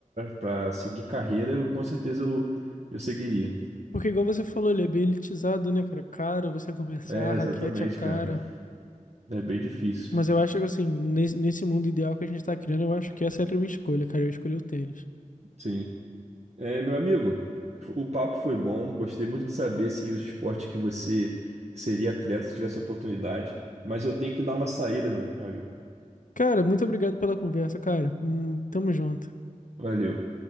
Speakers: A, on the right (about 55°); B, on the left (about 70°).
A: para seguir carreira, eu com certeza eu, eu seguiria.
B: Porque igual você falou, ele é bem elitizado, né, cara? É Caro você começar,
A: É,
B: a raquete
A: exatamente,
B: é cara.
A: cara. É bem difícil.
B: Mas eu acho que assim, nesse, nesse mundo ideal que a gente tá criando, eu acho que essa era a minha escolha, cara. Eu escolhi o tênis.
A: Sim. É, meu amigo, o papo foi bom. Gostei muito de saber, assim, os esportes que você seria atleta se tivesse oportunidade. Mas eu tenho que dar uma saída, meu meu amigo.
B: Cara, muito obrigado pela conversa, cara. Hum, tamo junto.
A: Valeu.